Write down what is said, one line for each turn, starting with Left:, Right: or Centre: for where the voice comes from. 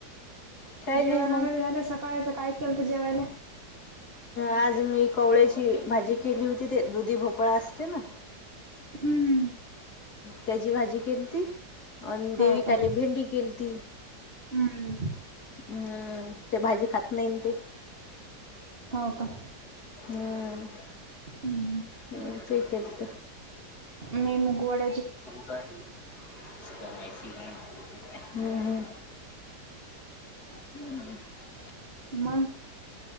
Left: काही
Right: जेवण
Left: नाही मग
Right: वगैरे झालं सकाळच काय केल तर जेवायला?
Left: आज मी कवळ्याची भाजी केली होती ते दुधी भोपळा असते ना.
Right: हम्म हम्म
Left: त्याची भाजी केली त अ देविकले
Right: हो का?
Left: भेंडी केली त
Right: हम्म
Left: हम्म ते भाजी खात नाही ते.
Right: हो का
Left: हम्
Right: हम्म.
Left: तेठी केत
Right: मी मुगवड
Left: डा <unintelligible> ह
Right: मग